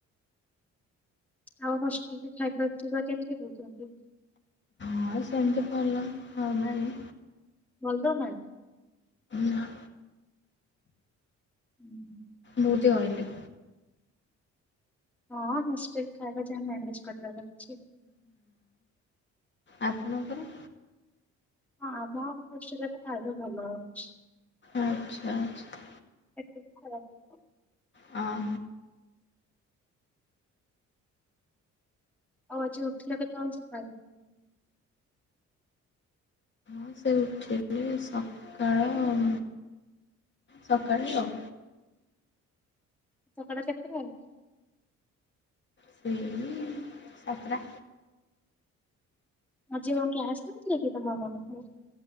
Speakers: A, in the centre; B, on the left.
A: ଆଉ ହଷ୍ଟେଲରେ ଖାଇବା ପିଇବା କେମିତି ଦେଉଛନ୍ତି?
B: ହଁ ସେମିତି ଭଲ ଆଉ ଆମେ ବି
A: ଭଲ ନୁହେଁ କି?
B: ନାଁ।
A: ହୁଁ।
B: ବୋଧେ ଅଇଲେ।
A: ହଁ ହଷ୍ଟେଲ ଖାଇବା ଯାହା ମ୍ୟାନେଜ୍ କରିବାର ଅଛି।
B: ଆପଣଙ୍କର?
A: ହଁ ଆମ ହଷ୍ଟେଲରେ ତ ଖାଇବା ଭଲ ଅଛି।
B: ଆଛା ଆଛା।
A: ଏତେ ବି ଖରାପ ନୁହଁ।
B: ହଁ।
A: ଆଉ ଆଜି ଉଠିଲ କେତେବେଳେ ସକାଳେ?
B: ମୁଁ ସେଇ ଉଠିଲି ସକାଳ ଆଉ ସକାଳେ ଆଉ।
A: ସକାଳ କେତେଟା ରୁ?
B: ସେଇ ସାତେଟା।
A: ଆଜି ଆଉ କ୍ଲାସ୍ ନାହଁ କିିରେ କି ତମ ମାନଙ୍କର?